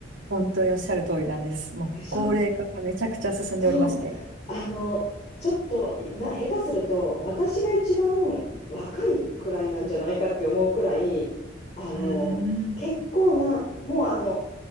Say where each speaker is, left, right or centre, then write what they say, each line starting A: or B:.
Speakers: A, on the right; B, on the left.
A: 本当におっしゃる通りなんです。もう高齢化がめちゃくちゃ進んでおりまして。
B: でしょそう、あの、ちょっとな、下手すると、私が一番若いくらいなんじゃないかって思うくらい、あの、
A: うーん。
B: 結構な、もうあの、